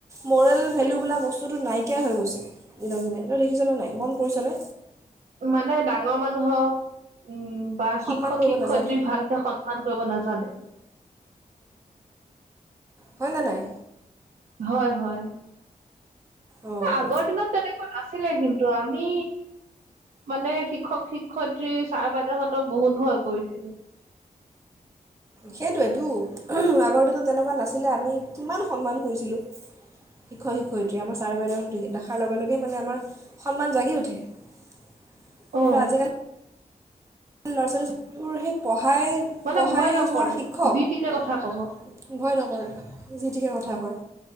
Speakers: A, on the right; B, on the right.
A: ম'ৰেল ভেলু বোলা বস্তুটো নাইকিয়া হৈ গৈছে। দিনক দিনে তই দেখিছনে নাই, মন কৰিছনে?
B: মানে ডাঙৰ মানুহক উম। বা
A: সন্মান
B: শিক্ষক
A: কৰিব
B: শিক্ষয়ত্ৰীক
A: নাজানে
B: ভালকে সন্মান কৰিব নাজানে।
A: হয় নে নাই।
B: হয়, হয়।
A: অঁ
B: আগৰ দিনত তেনেকুৱা নাছিলে কিন্তু, আমি। মানে শিক্ষক, শিক্ষয়ত্ৰী ছাৰ বাইদেউহঁতক বহুত ভয় কৰিছিলো।
A: সেইটোৱেতো আগৰ দিনত তেনেকুৱা নাছিলে আমি কিমান সন্মান কৰিছিলোঁ, শিক্ষক শিক্ষয়িত্ৰী আমাৰ ছাৰ বাইদেউহতি দেখাৰ লগে লগে মানে আমাৰ সন্মান জাগি উঠে। কিন্তু
B: অ',
A: আজিকালি। ল'ৰা ছোৱালীটোোৰ হে পঢ়া। পঢ়াই
B: মানে
A: পঢ়াই
B: ভয় নকৰে
A: যোৱা শিক্ষক,
B: যি টিকে
A: ভয়
B: কথা কব।
A: নকৰে যি তিকে কথা। কথা কয়,